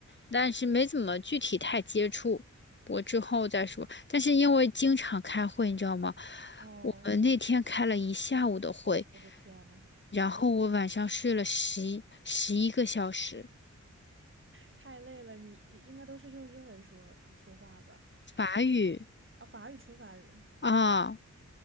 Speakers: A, on the left; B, on the right.
A: 但是没怎么具体太接触。我之后再说。但是因为经常开会，你知道吗？
B: 哦，
A: 我们那天开了一下午的会，
B: 我的天呐，
A: 然后我晚上睡了十一十一个小时。
B: 太累了，你应该都是用英文说说话吧？
A: 法语
B: 啊、法语纯法语，
A: 啊，